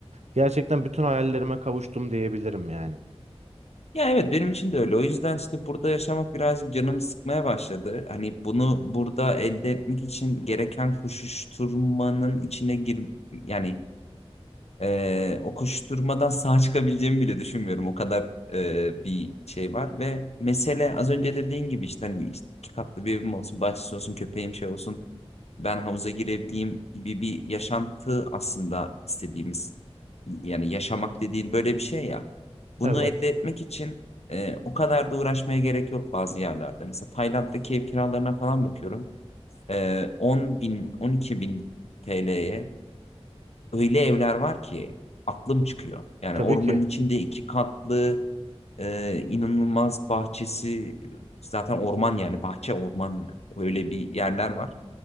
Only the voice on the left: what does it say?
Ya evet benim için de öyle. O yüzden işte burada yaşamak birazcık canımı sıkmaya başladı. Hani bunu burada elde etmek için gereken koşuşturmanın içine gir yani Ee, o koşuşturmadan sağ çıkabileceğimi bile düşünmüyorum. O kadar e, bir şey var ve mesele az önce dediğin gibi işte hani işte iki katlı bir evim olsun, bahçesi olsun, köpeğim şey olsun, ben havuza girebileyim gibi bir yaşantı aslında istediğimiz yani yaşamak dediğin böyle bir şey ya. Bunu
elde etmek için e, o kadar da uğraşmaya gerek yok bazı yerlerde. Mesela Tayland'daki ev kiralarına falan bakıyorum. E, 10 bin, 12 bin TL'ye öyle evler var ki aklım çıkıyor. Yani
ormanın
içinde iki katlı e, inanılmaz bahçesi zaten orman yani bahçe orman yani. Öyle bir yerler var.